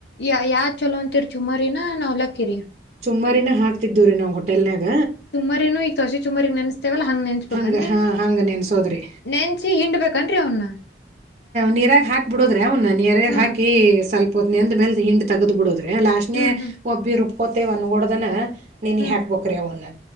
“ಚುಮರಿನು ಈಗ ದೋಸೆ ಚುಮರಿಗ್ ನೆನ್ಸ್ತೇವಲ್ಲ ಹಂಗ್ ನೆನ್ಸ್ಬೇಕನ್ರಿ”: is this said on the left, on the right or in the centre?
Left